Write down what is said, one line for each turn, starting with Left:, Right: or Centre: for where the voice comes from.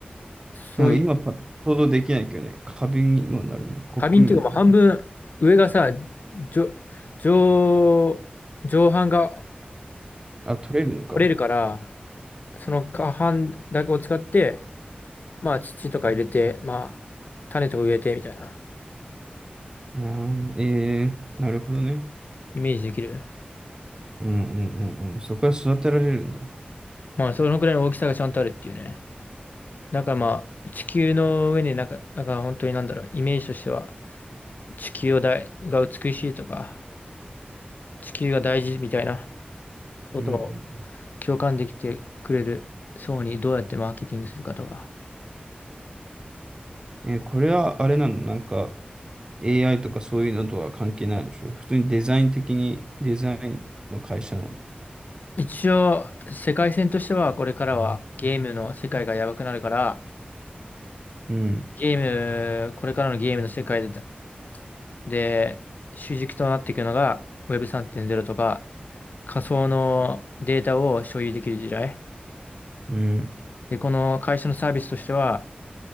Left: そういう、
Right: なんか今パッと想像できないけどねカビにもなるんだコップにもなるんだ
Left: 花瓶っていうかもう半分、上がさ、上、上、上半が
Right: あ取れるのか
Left: 折れるから、その下半だけを使って、まあ土とか入れて、まあ種とか植えてみたいな
Right: ああええーなるほどね
Left: イメージできる。
Right: うんうんうんうんそこは育てられるんだ
Left: まあそのくらいの大きさがちゃんとあるっていうね。だからまあ地球の上になんか、なんか本当になんだろう、イメージとしては地球をだいが美しいとか、地球が大事みたいなことを
Right: うんう
Left: 共感できてくれる層にどうやってマーケティングするかとか。
Right: んえーこれはあれなのなんか AI とかそういうのとは関係ないんでしょ普通にデザイン的にデザインの会社の
Left: 一応世界線としてはこれからはゲームの世界がやばくなるから、
Right: うん
Left: ゲーム、これからのゲームの世界でで、主軸となっていくのが Web3.0 とか仮想のデータを所有できる時代。
Right: うん
Left: で、この会社のサービスとしては、